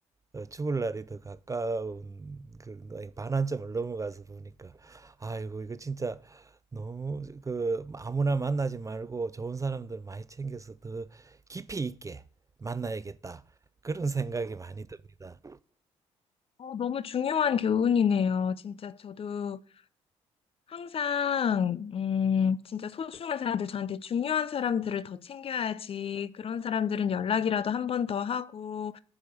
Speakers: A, on the right (about 20°); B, on the left (about 40°).
A: 어, 죽을 날이 더 가까운 그런 나이, 반환점을 넘어가서 보니까 아이고 이거 진짜 너무 그 아무나 만나지 말고 좋은 사람들 많이 챙겨서 더 깊이 있게 만나야겠다 그런 생각이 많이 듭니다.
B: 어, 너무 중요한 교훈이네요. 진짜 저도 항상, 음, 진짜 소중한 사람들, 저한테 중요한 사람들을 더 챙겨야지. 그런 사람들은 연락이라도 한 번 더 하고,